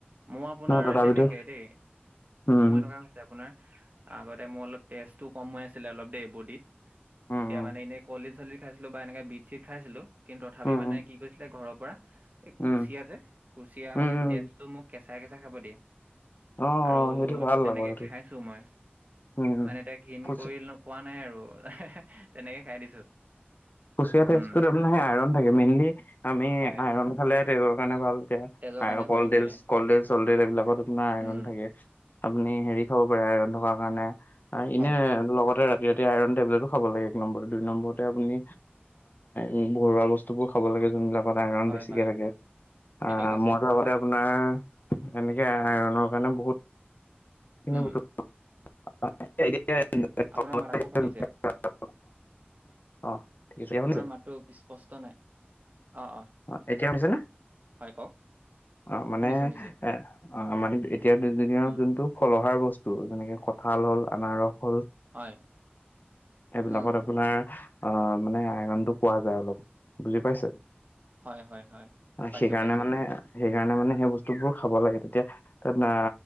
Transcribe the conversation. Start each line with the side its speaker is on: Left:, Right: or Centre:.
Right: মই আপোনাৰ
Left: নহয় তথাপিতো
Right: তেনেকে দেই,
Left: উম
Right: মোৰ এনেকুৱা আপোনাৰ, আগতে মোৰ অলপ তেজটো কম হৈ আছিলে অলপ দেই বডীত
Left: উম
Right: তেতিয়া
Left: উম
Right: মানে এনে কলদিল- চলিছিল খাইছিলো বা এনেকে বিট-চিট খাইছিলো, কিন্তু তথাপি
Left: উম
Right: মানে
Left: উম
Right: কি কৈছিলে ঘৰৰ পৰা, এই
Left: উম
Right: কুচিয়া যে কুচিয়া,
Left: উম
Right: মানে
Left: উম
Right: তেজটো মোক কেঁচাই-কেঁচাই খাব দিয়ে।
Left: অ অ,
Right: আৰু
Left: সেইটো ভাল
Right: তেনেকে
Left: আকৌ সেইটো
Right: খাইছো মই,
Left: উম
Right: মানে এতিয়া ঘীণ
Left: উম
Right: কৰিনো খোৱা নাই আৰু তেনেকে খাই দিছো।
Left: কুচিয়া তেজটোত
Right: উম
Left: আপোনাৰ সেই আইৰণ থাকে, মেইনলি আমি
Right: হয়
Left: আইৰন খালে তেজৰ কাৰণে ভাল। এতিয়া
Right: তেজৰ
Left: আ
Right: কাৰণে
Left: কলডেল,
Right: ভাল হয়।
Left: কলডেল-চলডেল এইবিলাকত আপোনাৰ আইৰন
Right: উম,
Left: থাকে। আপুনি হেৰি খাব পাৰে, আইৰণ থকাৰ কাৰণে, এনে
Right: হয়।
Left: লগতে <unintelligible> আইৰন টেবলেটো খাব লাগে এক নম্বৰতে, দুই নম্বৰতে আপুনি উ ঘৰুৱা বস্তু বোৰ খাব লাগে যোনবিলাকত আইৰন
Right: হয়,
Left: বেছিকে
Right: হয়,
Left: থাকে
Right: ঠিকে
Left: আহ
Right: কৈছে।
Left: মইতো আপোনাৰ এনেকে আইৰনৰ কাৰণে বহুত খিনি
Right: উম
Left: বস্তু <unintelligible>
Right: আপোনাৰ মাত আকৌ ফাটিছে। আপোনাৰ মাততো স্পষ্ট নাই অ অ
Left: অ এতিয়া শুনিছে নে
Right: হয় কওক
Left: অ মানে
Right: শুনিছোঁ, শুনিছোঁ।
Left: এ অ মানে এতিয়া দুই দুদিনত
Right: উম,
Left: যোনটো ফল আহাৰ বস্তু যেনেকে কঁঠাল হল আনাৰস হল
Right: হয়।
Left: এইবিলাকত
Right: উম,
Left: আপোনাৰ অ মানে আইৰণটো পোৱা যায় অলপ বুজি পাইছে
Right: হয়, হয়, হয়। পাইছোঁ,
Left: সেইকাৰণে
Right: পাইছোঁ।
Left: মানে সেইকাৰণে মানে সেই বস্তুবোৰ খাব লাগে তেতিয়া তাত আ